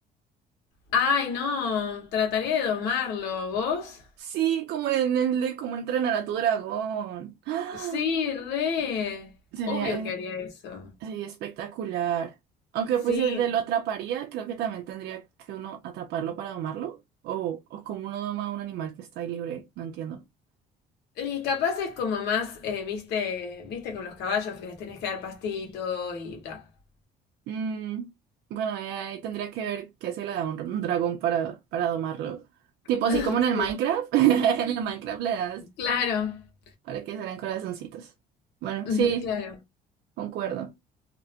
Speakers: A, on the left; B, on the right.
A: ay, no, trataría de domarlo. ¿Vos?
B: Sí, como en el de cómo entrenar a tu dragón. <gasps> ¡Ah!
A: Sí, re.
B: Sería,
A: Obvio
B: eh,
A: que haría eso.
B: sería espectacular. Aunque pues
A: Sí.
B: si el de lo atraparía, creo que también tendría que uno atraparlo para domarlo. O, o como uno doma a un animal que está ahí libre, no entiendo.
A: Y capaz es como más, eh, viste, viste con los caballos que les tenés que dar pastito y bla.
B: Mm, bueno, ahí ahí tendría que ver qué se le da a un, un dragón para, para domarlo. Tipo
A: <laughs>
B: así como en el Minecraft.
A: Sí.
B: <laughs> En el Minecraft le das
A: Claro,
B: para que salgan corazoncitos. Bueno,
A: <laughs>
B: sí,
A: claro.
B: concuerdo.